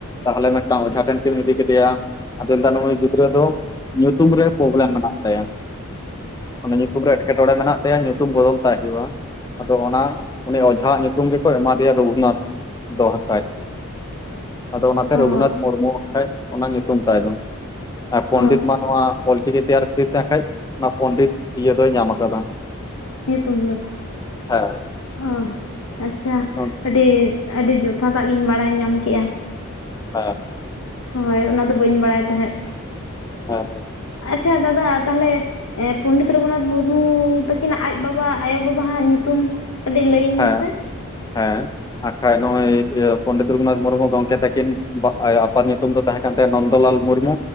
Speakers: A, on the left (about 15°); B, on the left (about 70°).
A: ᱛᱟᱦᱞᱮ ᱢᱮᱫᱴᱟᱝ ᱚᱡᱷᱟ ᱴᱷᱮᱱ ᱠᱤᱱ ᱤᱫᱤ ᱠᱮᱫᱮᱭᱟ᱾ ᱟᱫᱚᱭ ᱞᱟᱹᱭᱫᱟ ᱱᱩᱭ ᱜᱤᱫᱽᱨᱟᱹ ᱫᱚ ᱧᱩᱛᱩᱢ ᱨᱮ ᱯᱨᱚᱵᱞᱮᱢ ᱢᱮᱱᱟᱜ ᱛᱟᱭᱟ᱾ ᱚᱱᱮ ᱧᱩᱛᱩᱢ ᱨᱮ ᱮᱴᱠᱮᱴᱚᱬᱮ ᱢᱮᱱᱟᱜ ᱛᱟᱭᱟ ᱧᱩᱛᱩᱢ ᱵᱚᱫᱚᱞ ᱛᱟᱭ ᱦᱩᱭᱩᱜ-ᱟ᱾ ᱟᱫᱚ ᱚᱱᱟ ᱩᱱᱤ ᱚᱡᱷᱟᱣᱟᱜ ᱧᱩᱛᱩᱢ ᱜᱮᱠᱚ ᱮᱢᱟ ᱫᱮᱭᱟ ᱨᱚᱜᱷᱩᱱᱟᱛᱷ ᱫᱚ ᱦᱟᱸᱜ ᱠᱷᱟᱡ᱾ ᱟᱫᱚ ᱚᱱᱟᱛᱮ
B: ᱚ
A: ᱨᱚᱜᱷᱩᱱᱟᱛᱷ ᱢᱩᱨᱢᱩ ᱦᱟᱸᱜ ᱠᱷᱟᱡ ᱚᱱᱟ ᱧᱩᱛᱩᱢ ᱛᱟᱭ ᱫᱚ᱾ ᱟᱨ ᱯᱚᱱᱰᱤᱛ
B: ᱚ
A: ᱢᱟ ᱱᱚᱣᱟ ᱚᱞᱪᱤᱠᱤ ᱛᱮᱭᱟᱨ ᱠᱷᱟᱛᱤᱨ ᱛᱮ ᱦᱟᱸᱜ ᱠᱷᱟᱡ ᱱᱚᱣᱟ ᱯᱚᱱᱰᱤᱛ ᱤᱭᱟᱹ ᱫᱚᱭ ᱧᱟᱢᱟᱠᱟᱫᱟ᱾
B: ᱧᱩᱛᱩᱢ ᱫᱚ᱾
A: ᱦᱮᱸ
B: ᱚ, ᱟᱪᱪᱷᱟ
A: ᱦᱮᱸ
B: ᱟᱹᱰᱤ ᱟᱹᱰᱤ ᱡᱚᱛᱷᱟᱛᱟᱜ ᱜᱤᱧ ᱵᱟᱲᱟᱭ ᱧᱟᱢ ᱠᱮᱜ-ᱟ᱾
A: ᱦᱮᱸ᱾
B: ᱦᱳᱭ ᱚᱱᱟ ᱫᱚ ᱵᱟᱹᱧ ᱵᱟᱲᱟᱭ ᱛᱟᱦᱮᱸᱫ
A: ᱦᱮᱸ ᱢᱟᱹᱭ
B: ᱟᱪᱪᱷᱟ ᱫᱟᱫᱟ ᱛᱟᱞᱦᱮ ᱮ ᱯᱚᱱᱰᱤᱛ ᱨᱚᱜᱷᱩᱱᱟᱛᱷ ᱢᱩᱨᱢᱩᱻ ᱛᱟᱹᱠᱤᱱᱟᱜ ᱟᱡ ᱵᱟᱵᱟ ᱟᱭᱳᱼᱵᱟᱵᱟᱦᱟᱜ ᱧᱩᱛᱩᱢ ᱠᱟᱹᱴᱤᱡ ᱞᱟᱹᱭᱟᱹᱧ ᱢᱮᱥᱮ
A: ᱦᱮᱸ ᱦᱮᱸ ᱟᱠᱷᱟᱡ ᱱᱚᱜᱼᱚᱭ ᱤᱭᱟᱹ ᱯᱚᱱᱰᱤᱛ ᱨᱚᱜᱷᱩᱱᱟᱛᱷ ᱢᱩᱨᱢᱩ ᱜᱚᱢᱠᱮ ᱛᱟᱹᱠᱤᱱ ᱟᱯᱟᱛ ᱧᱩᱛᱩᱢ ᱫᱚ ᱛᱟᱦᱮᱸ ᱠᱟᱱ ᱛᱟᱭᱟ ᱱᱚᱱᱫᱚᱞᱟᱞ ᱢᱩᱨᱢᱩ